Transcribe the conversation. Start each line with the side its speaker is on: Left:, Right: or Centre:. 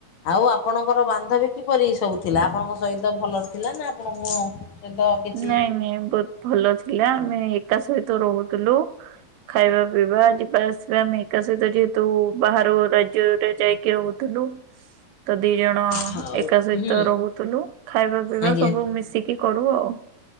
Left: ଆଉ ଆପଣଙ୍କର ବାନ୍ଧବୀ କିପରି ସବୁ ଥିଲା? ଆପଣଙ୍କ ସହିତ ଭଲରେ ଥିଲା ନା ଆପଣଙ୍କ ସହିତ କିଛି
Right: ନାଇଁ ମ୍ୟାମ୍ ବହୁତ୍ ଭଲ ଥିଲା। ଆମେ ଏକା ସହିତ ରହୁଥିଲୁ। ଖାଇବା ପିଇବା, ଜିବା ଆସିବା, ଆମେ ଏକା ସହିତ ଯେହେତୁ ବାହାର ରାଜ୍ୟରେ ଯାଇକି ରହୁଥିଲୁ। <inaudible> ତ ଦି, ଜଣ
Left: ହଉ
Right: ଏକା ସହିତ
Left: ହୁଁ।
Right: ରହୁଥିଲୁ। ଖାଇବା ପିଇବା
Left: ଆଜ୍ଞା।
Right: ସବୁ ମିଶିକି କରୁ ଆଉ।